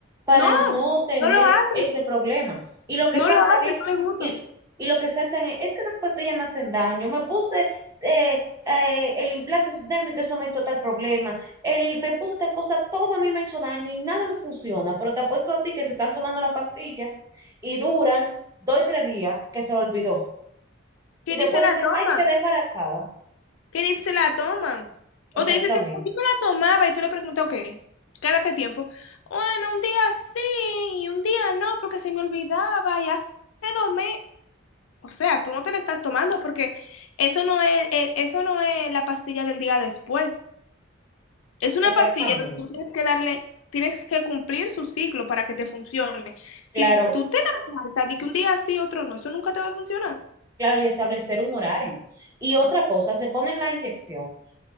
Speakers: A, on the right; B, on the left.
A: para
B: no,
A: no tener
B: no lo hacen,
A: ese problema. Y lo que
B: no
A: saltan
B: lo hacen,
A: es,
B: no le gusta.
A: y, y lo que saltan es, es que esas pastillas me hacen daño, me puse eh, eh, el implante subdérmico, eso me hizo tal problema, el, me puse tal cosa, todo a mí me ha hecho daño y nada me funciona, pero te apuesto a ti que se están tomando la pastilla y duran dos y tres días que se lo olvidó.
B: Que
A: Y
B: ni
A: después
B: se
A: dicen,
B: la toman,
A: ay, que quedé embarazada.
B: que ni se la toman. O
A: Exactamente,
B: te dicen, "Tía, yo me la tomaba y tú le preguntas, ok, ¿cada qué tiempo? Bueno, un día sí, y un día no, porque se me olvidaba y hace dos meses. O sea, tú no te la estás tomando porque eso no es, eh, eso no es la pastilla del día después. Es una
A: exactamente.
B: pastilla donde tú tienes que darle, tienes que cumplir su ciclo para que te funcione. Si
A: Claro,
B: tú te la saltas de que un día sí, otro no, eso nunca te va a funcionar.
A: claro, y establecer un horario. Y otra cosa, se ponen la inyección